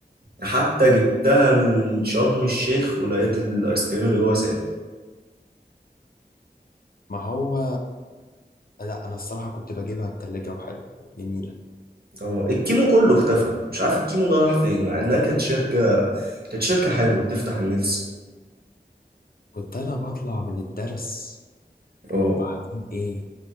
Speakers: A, on the right; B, on the left.
A: حتى جبتها من شرم الشيخ ولقيت الايس كريم اللي جوه سايح
B: ما هو لا انا الصراحة كنت بجيبها متلجة وحلوة وجميلة
A: اه الكيمو كله اختفى مش عارف الكيمو ده راح فين مع انها كانت شركة كانت شركة حلوة تفتح النفس
B: كنت انا بطلع من الدرس
A: اه
B: وبعدين ايه